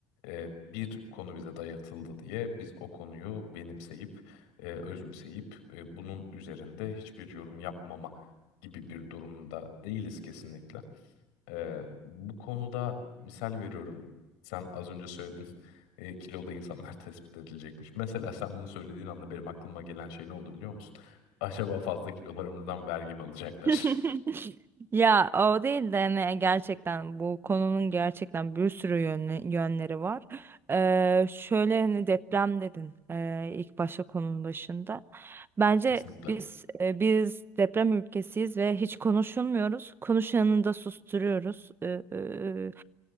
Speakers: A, on the left (about 85°); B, on the right (about 30°).
A: E, bir konu bize dayatıldı diye biz o konuyu benimseyip, e, özümseyip e, bunun üzerinde hiçbir yorum yapmama gibi bir durumda değiliz kesinlikle. E, bu konuda misal veriyorum. Sen az önce söyledin e, kilolu insanlar <laughs> tespit edilecekmiş. Mesela sen bunu söylediğin anda benim aklıma gelen şey ne oldu biliyor musun? Acaba fazla kilolarımızdan vergi mi alacaklar?
B: <laughs> Ya o değil de hani gerçekten bu konunun gerçekten bir sürü yönlü- yönleri var. Ee, şöyle hani deprem dedin ee, ilk başta konunun başında. Bence
A: <laughs> Kesinlikle.
B: biz e, biz deprem ülkesiyiz ve hiç konuşulmuyoruz. Konuşanını da susturuyoruz. Ee, e,